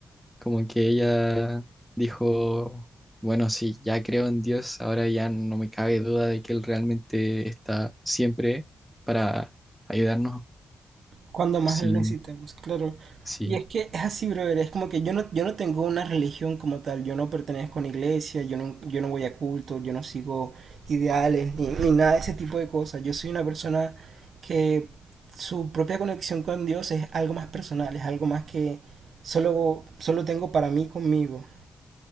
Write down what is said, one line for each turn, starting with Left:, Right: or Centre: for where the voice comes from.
Centre: Como que ella dijo, bueno, sí, ya creo en Dios, ahora ya no me cabe duda de que Él realmente está siempre para ayudarnos.
Right: Cuando más
Centre: Sí,
Right: lo necesitemos, claro.
Centre: sí.
Right: Y es que es así, brother, es como que yo no, yo no tengo una religión como tal, yo no pertenezco a una iglesia, yo no, yo no voy a culto, yo no sigo ideales, ni, ni nada de ese tipo de cosas. Yo soy una persona que su propia conexión con Dios es algo más personal, es algo más que solo, solo tengo para mí conmigo.